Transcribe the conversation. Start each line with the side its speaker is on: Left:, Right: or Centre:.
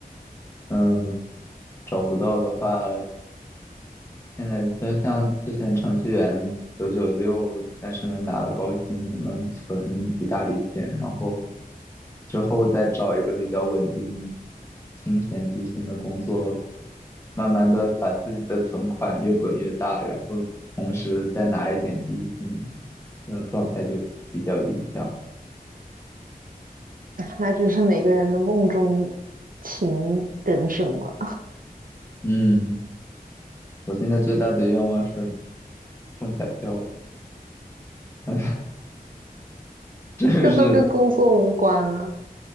Left: 嗯，找不到的话。现在就像之前程序员九九六，但是能拿了高薪，能存一大笔钱，然后之后再找一个比较稳定、清闲低薪的工作，慢慢的把自己的存款越滚越大，然后同时再拿一点低薪，这种状态就比较理想。
Right: 那真是每个人的梦中情人什么？
Left: 嗯，我现在最大的愿望是中彩票，<laughs> 这个是
Right: 这都跟工作无关啊。